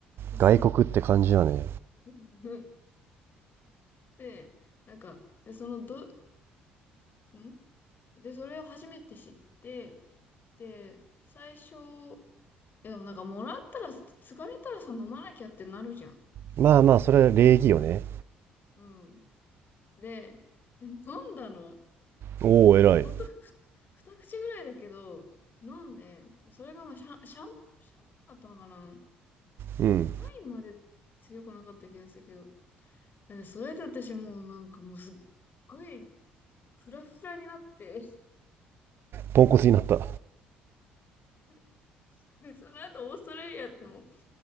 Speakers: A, on the left; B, on the right.
A: そう。
B: 外国って感じだね。
A: うんで、なんか、で、その、ど、んで、それを初めて知って、で、最初、いやでもなんか、もらったら、疲れたらさ、飲まなきゃってなるじゃん。
B: まあまあ、それは礼儀よね。
A: うん。で、え飲んだの。
B: おお、
A: でほんと、
B: 偉い。
A: ふ <laughs> 二口ぐらいだけど、飲んで、それがまあシャン、シャン、シャンパンだったのかな
B: うん。
A: ワインまで強くなかった気がするけど。で、それで私もうなんかもうすっごいフラフラになって、
B: ポンコツになった。
A: <laughs> で、その後オーストラリアの、